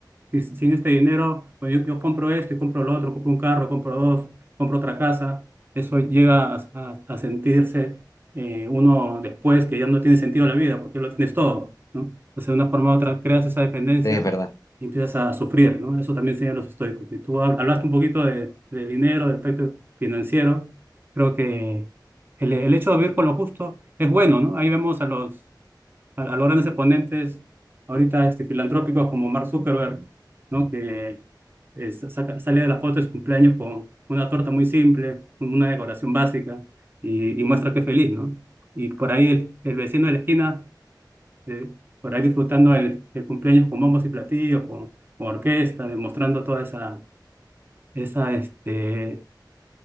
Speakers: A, on the right; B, on the left.
A: si- sin este dinero, pues yo, yo compro esto y compro lo otro, compro un carro, compro dos, compro otra casa. Eso llega a, a- a sentirse eh, uno después que ya no tiene sentido la vida porque lo tienes todo, ¿no? Entonces, de una forma u otra, creas esa dependencia
B: sí, es verdad.
A: y empiezas a sufrir, ¿no? Eso también enseñan los estoicos. Y tú hab- hablaste un poquito de, de dinero, del aspecto financiero. Creo que el, el hecho de vivir con lo justo es bueno, ¿no? Ahí vemos a los a, a los grandes exponentes ahorita este, filantrópicos como Mark Zuckerberg, ¿no? Que eh, sa- saca- sale de la foto de su cumpleaños con una torta muy simple, con una decoración básica y, y muestra que es feliz, ¿no? Y por ahí el, el vecino de la esquina, eh, por ahí disfrutando el, el cumpleaños con bombos y platillos, con, con orquesta, demostrando toda esa, esa, este,